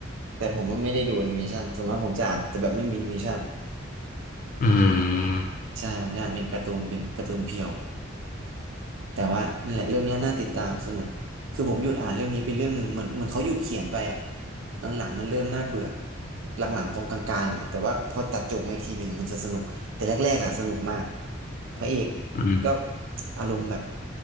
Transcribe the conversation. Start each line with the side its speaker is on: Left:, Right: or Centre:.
Right: แต่ผมว่าไม่ได้ดูแอนิเมชันส่วนมากผมจะอ่านแต่แบบไม่มีแอนิเมชัน
Left: อืม
Right: ใช่ ผมจะอ่านเป็นการ์ตูนเป็นการ์ตูนเพียว แต่ว่านั่นแหละเรื่องเนี้ยน่าติดตามสนุกคือผมหยุดอ่านเรื่องนี้ไปเรื่องหนึ่งเหมือนเหมือนเขาหยุดเขียนไปอ่ะหลังๆมันเริ่มน่าเบื่อหลังๆตรงกลางๆอ่ะแต่ว่าพอตัดจบมาอีกทีหนึ่งมันจะสนุกแต่แรกๆอ่ะสนุกมากพระเอก
Left: อืม
Right: ก็อารมณ์แบบ